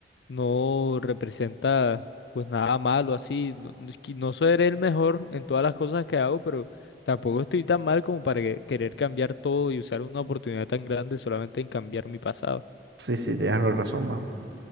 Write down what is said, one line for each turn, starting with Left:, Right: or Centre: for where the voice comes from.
Left: no representa pues nada malo así. No, no es que- no seré el mejor en todas las cosas que hago, pero tampoco estoy tan mal como para que- querer cambiar todo y usar una oportunidad tan grande solamente en cambiar mi pasado.
Right: Sí, sí, tienes la razón, más.